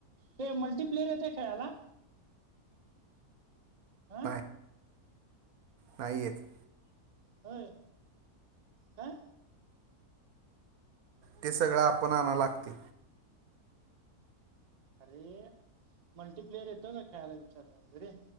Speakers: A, on the right; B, on the right.
A: ते मल्टीप्लेयर येतय खेळायला. हा
B: नाय. नाही येत.
A: होय काय.
B: ते सगळ आपण आणाय लागतय
A: अरे मल्टीप्लेयर येतो का खेळायला विचारत होतो रे.